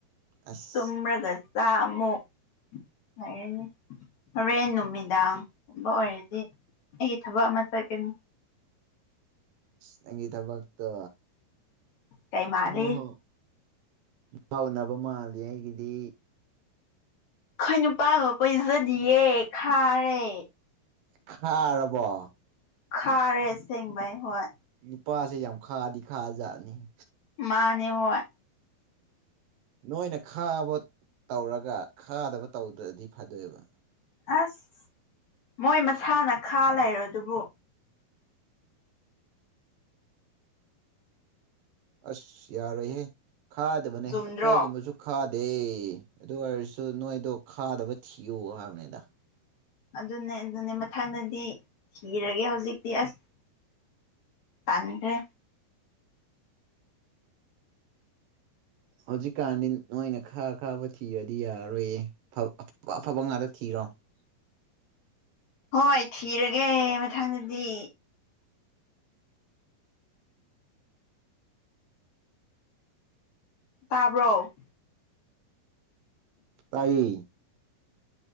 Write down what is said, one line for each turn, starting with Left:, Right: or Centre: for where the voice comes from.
Right: ꯑꯁ
Left: ꯇꯨꯝꯔꯒ ꯆꯥꯃꯨꯛ ꯂꯩꯔꯅꯤ ꯍꯣꯔꯦꯟ ꯅꯨꯃꯤꯗꯥꯡꯒꯨꯝꯕ ꯑꯣꯏꯔꯗꯤ ꯑꯩꯒꯤ ꯊꯕꯛ ꯑꯃ ꯆꯠꯀꯅꯤ
Right: ꯅꯪꯒꯤ ꯊꯕꯛꯇꯣ
Left: ꯀꯩ ꯃꯥꯜꯂꯤ
Right: ꯍꯣ ꯍꯣ ꯅꯨꯄꯥ ꯎꯅꯕ ꯃꯥꯜꯂꯤ ꯑꯩꯒꯤꯗꯤ
Left: ꯑꯩꯈꯣꯏ ꯅꯨꯄꯥꯒ ꯀꯣꯏꯖꯗꯤꯌꯦ ꯈꯥꯔꯦ
Right: ꯈꯥꯔꯕꯣ
Left: ꯈꯥꯔꯦ ꯑꯁꯦꯡꯕꯩ ꯍꯣꯏ
Right: ꯅꯨꯄꯥꯁꯦ ꯌꯥꯝ ꯈꯥꯗꯤ ꯈꯥꯖꯥꯠꯅꯤꯍꯦ
Left: ꯃꯥꯅꯦ ꯍꯣꯏ
Right: ꯅꯣꯏꯅ ꯈꯥꯕ ꯇꯧꯔꯒ ꯈꯥꯗꯕ ꯇꯧꯗ꯭ꯔꯗꯤ ꯐꯗꯣꯏꯕ
Left: ꯑꯁ ꯃꯣꯏ ꯃꯁꯥꯅ ꯈꯥ ꯂꯩꯔꯗꯨꯕꯨ
Right: ꯑꯁ ꯌꯥꯔꯣꯏꯍꯦ ꯈꯥꯗꯕꯅꯦ
Left: ꯆꯨꯝꯗ꯭ꯔꯣ
Right: ꯑꯩꯈꯣꯏꯒꯨꯝꯕꯁꯨ ꯈꯥꯗꯦ ꯑꯗꯨ ꯑꯣꯏꯔꯁꯨ ꯅꯣꯏꯗꯣ ꯈꯥꯗꯕ ꯊꯤꯌꯨ ꯍꯥꯏꯕꯅꯤꯗ
Left: ꯑꯗꯨꯅꯦ ꯑꯗꯨꯅꯦ ꯃꯊꯪꯗꯗꯤ ꯊꯤꯔꯒꯦ ꯍꯧꯖꯤꯛꯇꯤ ꯑꯁ ꯇꯟꯈ꯭ꯔꯦ
Right: ꯍꯧꯖꯤꯛꯀꯥꯟꯗꯤ ꯅꯣꯏꯅ ꯈꯥ ꯈꯥꯕ ꯊꯤꯔꯗꯤ ꯌꯥꯔꯔꯣꯏꯌꯦ ꯑꯐꯕ ꯑꯐ ꯑꯐꯕ ꯉꯥꯛꯇ ꯊꯤꯔꯣ
Left: ꯍꯣꯏ ꯊꯤꯔꯒꯦ ꯃꯊꯪꯗꯗꯤ ꯇꯥꯕ꯭ꯔꯣ
Right: ꯇꯥꯏꯌꯦ